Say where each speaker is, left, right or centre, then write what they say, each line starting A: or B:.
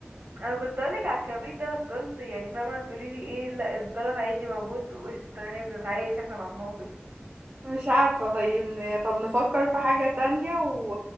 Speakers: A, on the right; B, on the right.
A: انا كنت اقولك على الكبريت ده بس قلت يعني فاهمة تقولي لي ايه لا الزلط عادي موجود وقشطة تمام بنتعايش احنا مع الموقف
B: مش عارفة طيب ن... طب نفكر في حاجة تانية و...